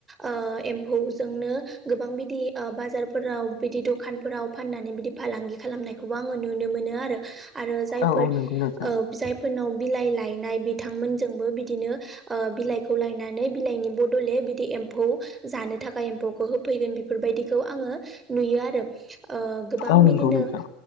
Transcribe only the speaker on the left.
औ औ नंगौ नोंथां
औ नंगौ
नोंथां